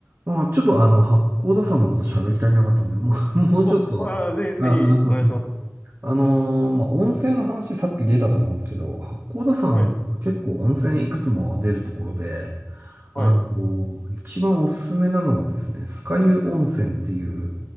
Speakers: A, on the right; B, on the left.
A: あ、ちょっとあの、八甲田さんのこと喋り足りなかったんで、もう、<laughs> もうちょっと、
B: あ、はいはい、ぜひぜひ、
A: あ、話そうそう。
B: お願いします。
A: あのーまあ、温泉の話さっき出たと思うんですけど、八甲田さん結構温泉いくつも出るところで、
B: はい、はい、
A: あの、一番おすすめなのがですね、酸ヶ湯温泉っていう、